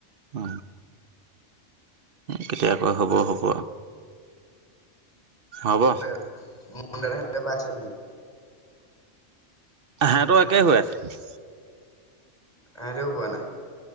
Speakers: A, on the right (about 55°); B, on the left (about 20°).
A: অ', কেতিয়া হ'ব', হব। হ'ব
B: <unintelligible> পাইছে নে
A: হেহটোৰো একে হৈ আছে।
B: সেহেতেও পোৱা নাই